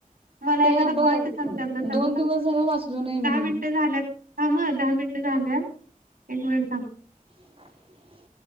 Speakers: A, on the right; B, on the right.
A: मला
B: ते
A: एखादा
B: बघ
A: पॉईंट सांग त्यातला चांगला
B: दोन दिवस झाला वाचलो नाही मी
A: दहा मिनिटं झाल्यात थांब ह दहा मिनिट झा द्या एक मिनिट थांब.
B: ह.